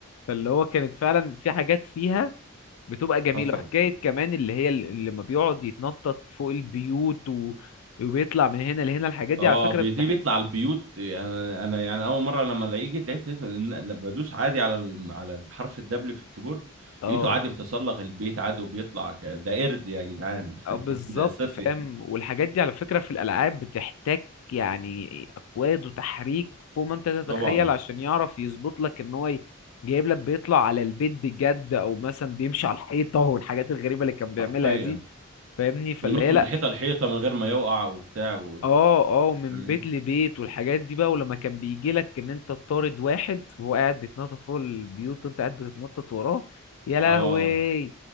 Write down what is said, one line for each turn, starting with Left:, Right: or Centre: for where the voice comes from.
Left: فاللي هو كانت فعلا في حاجات فيها بتبقى جميلة
Right: حصل
Left: وحكاية كمان اللي هي اللي لما بيقعد يتنطط فوق البيوت و... وبيطلع من هنا لهنا الحاجات
Right: اه
Left: دي على فكرة
Right: بيجي
Left: بتح...
Right: بيطلع البيوت انا انا يعني اول مره لما الاقيه جيت لعبت لقيت إن- لما بدوس عادي على ال- على حرف الدبليو في الكيبورد
Left: اه
Right: لقيته عادي بيتسلق البيت عادي وبيطلع ك- ده قرد يا جدعان <laughs>
Left: أو بالظبط
Right: ده اساسي
Left: فاهم والحاجات دي على فكرة في الألعاب بتحتاج يعني أكواد وتحريك فوق ما أنت تتخيل
Right: طبعا
Left: عشان يعرف يظبط لك إن هو ي- جايب لك بيطلع على البيت بجد أو مثلا بيمشي على الحيطة والحاجات الغريبة اللي كان بيعملها
Right: حرفيا
Left: دي فاهمني فاللي
Right: وينط
Left: هي
Right: من
Left: لأ
Right: حيطه لحيطه من غير ما يقع وبتاع و...
Left: أه أه من
Right: يعني.
Left: بيت لبيت والحاجات دي بقى ولما كان بيجي لك إن أنت تطارد واحد وهو قاعد بيتنطط فوق البيوت وأنت قاعد بتتنطط وراه يا لهوي
Right: اه